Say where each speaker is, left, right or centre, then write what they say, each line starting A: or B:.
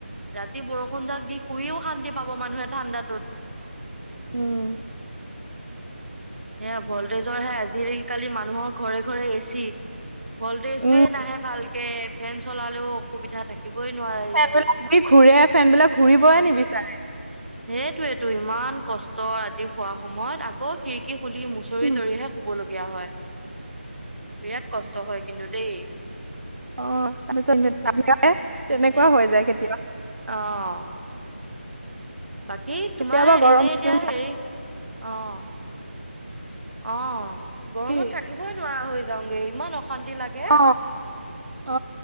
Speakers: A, on the right (about 65°); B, on the right (about 80°).
A: ৰাতি বৰষুণ যাক দি শুইও শান্তি পাব মানুহে ঠাণ্ডাটোত
B: উম
A: এে ভল্টেজৰ হে আজি কালি মানুহৰ ঘৰে ঘৰে এচি ভল্টেজটয়ে
B: উম,
A: নাহে ভালকে ফেন চলালেও অসুবিধা থাকে থাকিবই নোৱাৰি
B: ফেনবিলাক যি ঘূৰে ফেনবিলাক ঘূৰিবই
A: উম,
B: নিবিচাৰে।
A: সেই টো ইমান কষ্ট ৰাতি শোৱা সময়ত আকৌ খিৰিকি খুলি মুচৰি
B: উম,
A: তৰিহে লগিয়া হয়, বিৰাট কষ্ট হয় কিন্তু দেই।
B: অ' তাৰপিছত
A: সেয়াই।
B: তেনেকুৱা হৈ যায় কেতিয়া
A: অ', বাকী
B: কেতিয়াবা
A: তোমাৰ
B: গৰম
A: এনে এতিয়া
B: থাকিব
A: হেৰি অ', অ', গৰমত
B: কি
A: থাকিবই নোৱাৰা হৈ যাওঁগে ইমান অশান্তি লাগে।
B: অ অ